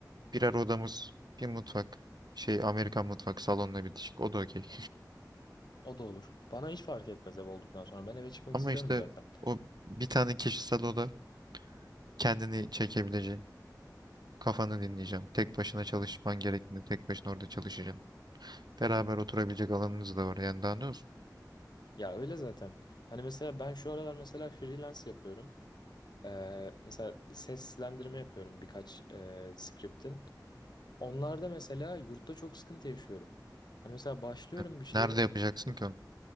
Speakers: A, on the right; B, on the left.
A: Birer odamız bir mutfak şey Amerikan mutfak salonla bitişik o da okey.
B: O da olur. Bana hiç fark etmez ev olduktan sonra. Ben eve
A: <laughs>
B: çıkmak
A: Ama
B: istiyorum
A: işte
B: zaten.
A: o bir tane kişisel oda kendini çekebileceğin Kafanı dinleyeceksin. Tek başına çalışman gerektiğinde tek başına orada çalışacaksın. Beraber oturabilecek alanınız da var. Yani daha ne olsun?
B: Ya öyle zaten. Hani mesela ben şu aralar mesela freelance yapıyorum. Ee, mesela seslendirme yapıyorum birkaç e, script'in. Onlarda mesela yurtta çok sıkıntı yaşıyorum. Hani mesela başlıyorum
A: Yani
B: bir şeye.
A: Nerede yapacaksın
B: işte
A: ki onu?